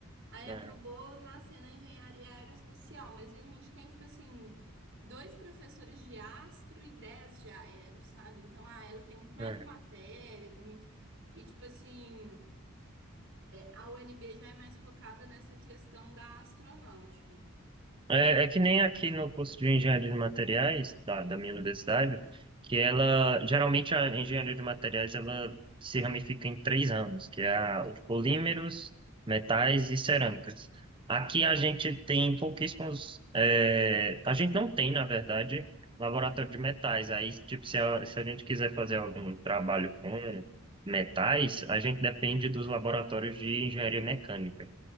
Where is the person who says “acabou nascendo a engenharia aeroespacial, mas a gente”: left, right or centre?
Right